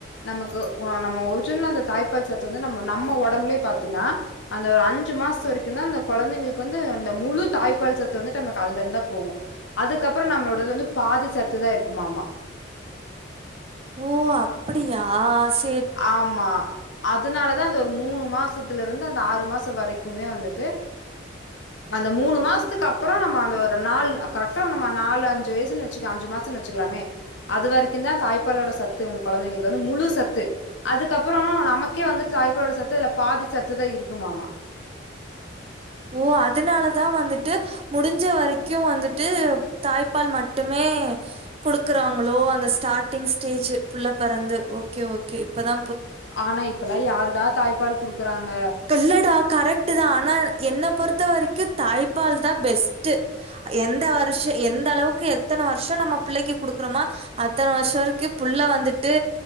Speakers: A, on the left; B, on the right.
A: நமக்கு நம்ம ஒரிஜினல் அந்த தாய்ப்பால் சத்து வந்து நம்ம நம்ம ஒடம்புலயே பாத்தீன்னா அந்த ஒரு அஞ்சு மாச வரைக்கு தா அந்த குழந்தைங்களுக்கு வந்து அந்த முழு தாய்ப்பால் சத்து வந்துட்டு நமக்கு அதுல இருந்துந்தா போகு அதுக்கப்புற நம்மளோட வந்து பாதி சத்து தா இருக்குமாமா
B: ஓ அப்படியா ஸ்
A: ஆமா அதனாலதா அந்த ஒரு மூணு மாசத்துல இருந்து அந்த ஆறு மாச வரைக்குமே வந்துட்டு அந்த மூணு மாசத்துக்கு அப்பற நம்ம அந்த நால கரெக்டா நம்ம நாலு அஞ்சு வயசுன்னு வச்சுக்கோ அஞ்சு மாச வச்சுக்கலாமே அது வரைக்கும் தா தாய்ப்பாலோட சத்து உங்க குழந்தைங்களுக்கு வந்து முழு சத்து அதுக்கப்புறோ நமக்கே வந்துட்டு தாயப்பாலோட சத்து இதுல பாதி சத்துதா இருக்குமாமா
B: ஓ அதனாலதா வந்துட்டு முடிஞ்ச வரைக்கு வந்துட்டு தாய்ப்பால் மட்டுமே குடுக்குறாங்களோ அந்த ஸ்டார்டிங் ஸ்டேஜ் புள்ள பெறந்து ஓகே ஓகே இப்பதா
A: ஆனா இப்பல்லா யாருடா தாய்ப்பால் குடுக்குறாங்க
B: கல்லடா கரெக்ட தா ஆனா என்ன பொறுத்த வரைக்கு தாய்ப்பால் தா பெஸ்ட்டு எந்த வருஷ எந்த அளவுக்கு எத்தனை வருஷ நம்ம பிள்ளைக்கு குடுக்குறோமா அத்தன வருஷ வரைக்கு புள்ள வந்துட்டு